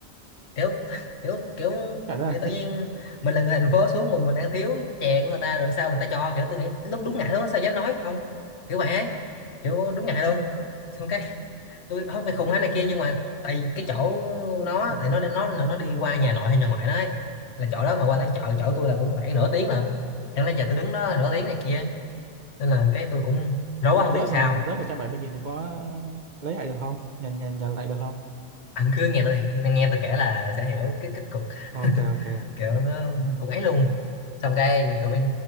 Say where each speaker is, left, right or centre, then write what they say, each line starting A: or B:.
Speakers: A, on the left; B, on the right.
A: kiểu kiểu kiểu
B: Trời đất
A: như
B: ơi.
A: tự nhiên mình là người thành phố xuống mình mình ăn thiếu chè của người ta rồi sao người ta cho kiểu tôi nghĩ lúc đúng ngại luôn á, sao dám nói không kiểu vậy ấy kiểu đúng ngại luôn xong cái tôi không phải khùng á này kia nhưng mà tại cái chỗ nó
B: <laughs>
A: tại nó nó là nó đi qua nhà nội hay nhà ngoại nó ấy là chỗ đó mà qua đến chợ chỗ tôi là cũng khoảng nửa tiếng lận chẳng lẽ giờ tôi đứng đó nửa tiếng này kia nên là cái tôi cũng rối
B: Xong
A: quá
B: rồi
A: không
B: rớt
A: biết sao
B: rồi, rớt một trăm bảy mươi nghìn thì có lấy lại được không? Nhận nhận nhận lại được không?
A: anh cứ nghe tôi nghe tôi kể là sẽ hiểu cái kết cục <laughs>
B: Ok ok.
A: kiểu nó cũng ấy luôn xong cái tụi bên